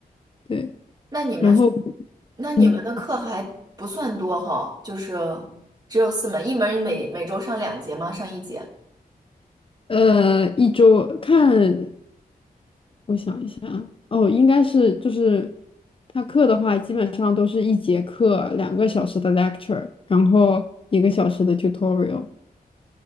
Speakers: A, on the left (about 35°); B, on the right (about 25°).
A: 对，
B: 那你们，
A: 然后
B: 那你们的课还不算多哈，
A: 嗯，
B: 就是只有四门，一门每每周上两节吗？上一节？
A: 呃，一周看，我想一下啊，哦，应该是就是他课的话，基本上都是一节课两个小时的 lecture，然后一个小时的 tutorial，